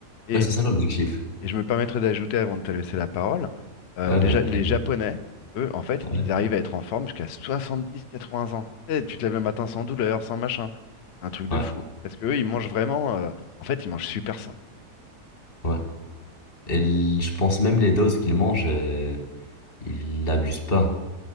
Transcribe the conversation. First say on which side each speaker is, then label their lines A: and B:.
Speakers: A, on the left; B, on the left.
A: Et,
B: Ouais, c'est ça l'objectif.
A: et je me permettrai d'ajouter avant de te laisser la parole, euh,
B: Ouais,
A: les,
B: va
A: Ja-
B: être
A: les
B: tagué.
A: Japonais, eux, en fait,
B: Ouais,
A: ils arrivent à être en forme jusqu'à 70-80 ans. Tu sais, tu te lèves le matin sans douleur, sans machin. Un truc de
B: ouais,
A: fou. Parce que eux, ils mangent vraiment. euh, en fait, ils mangent super sain.
B: ouais. Et l- je pense même les doses qu'il mange, euh, il l'abuse pas.